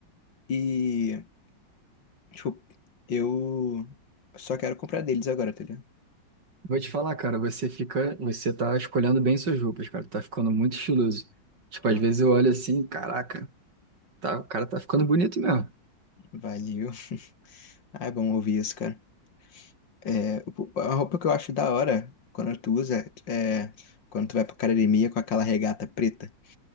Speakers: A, on the left; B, on the right.
A: E, tipo, eu só quero comprar deles agora, tá ligado?
B: Vou te falar, cara, você fica, você tá escolhendo bem suas roupas, cara, tá ficando muito estiloso. Tipo,
A: Ah,
B: às vezes eu olho assim, caraca, tá, o cara tá ficando bonito mesmo.
A: valeu. <laughs> Ah, é bom ouvir isso, cara. É, o- a roupa que eu acho da hora quando tu usa é quando tu vai pra academia com aquela regata preta.